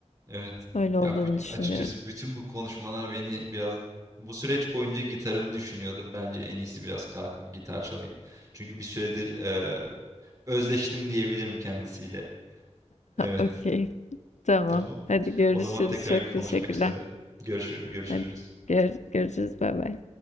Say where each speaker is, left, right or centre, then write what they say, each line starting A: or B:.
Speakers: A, on the right; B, on the left.
A: Evet.
B: Öyle
A: Ya
B: olduğunu
A: büt-
B: düşünüyorum.
A: açıkçası bütün bu konuşmalar beni biraz bu süreç boyunca gitarımı düşünüyordum. Bence en iyisi biraz kalkıp gitar çalayım. Çünkü bir süredir eee, özleştim diyebilirim kendisiyle. Evet.
B: Okey. Tamam.
A: Tamam.
B: Hadi görüşürüz.
A: O zaman tekrar
B: Çok
A: konuşmak
B: teşekkürler.
A: üzere. Görüşür görüşürüz.
B: Hadi gör- görüşürüz. Bay bay.